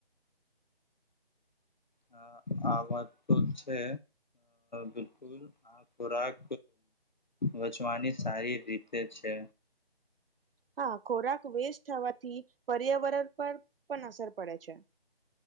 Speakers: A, on the left (about 50°); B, on the right (about 65°).
A: હ આ વાત તો છે બિલકુલ આ ખોરાક વચવાની સારી રીતે છે
B: હા ખોરાક વેસ્ટ થવાથી પર્યાવરણ પર પણ અસર પડે છે